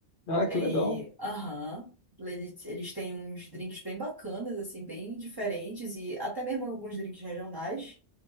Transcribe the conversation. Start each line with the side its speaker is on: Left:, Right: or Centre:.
Left: Ah, que
Right: E,
Left: legal.
Right: aham, eles, eles têm uns drinks bem bacanas, assim, bem diferentes, e até mesmo alguns drinks regionais.